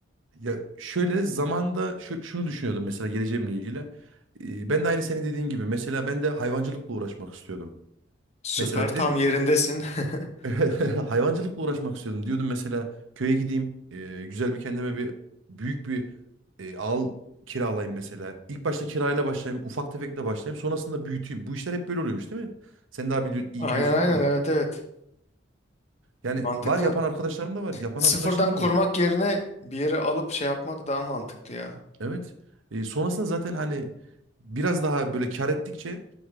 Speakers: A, on the right; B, on the left.
A: Ya şöyle zamanda şu- şunu düşünüyordum mesela geleceğimle ilgili. Ee, ben de aynı senin dediğin gibi mesela ben de hayvancılıkla uğraşmak istiyordum.
B: Süper
A: Mesela
B: tam
A: dedim
B: yerindesin. <laughs>
A: <laughs> hayvancılıkla uğraşmak istiyordum. Diyordum mesela köye gideyim e, güzel bir kendime bir büyük bir e, al kiralayayım mesela. İlk başta kirayla başlayayım ufak tefekle başlayayım sonrasında büyüteyim. Bu işler hep böyle oluyormuş değil mi? Sen daha bili- iyi
B: Aynen
A: biliyorsundur
B: aynen
A: ama.
B: evet evet
A: Yani
B: mantıklı.
A: var yapan arkadaşlarım da var yapan
B: Sıfırdan
A: arkadaşlarım
B: kurmak
A: da var.
B: yerine bir yere alıp şey yapmak daha mantıklı ya.
A: Evet. E, sonrasında zaten hani biraz daha böyle kar ettikçe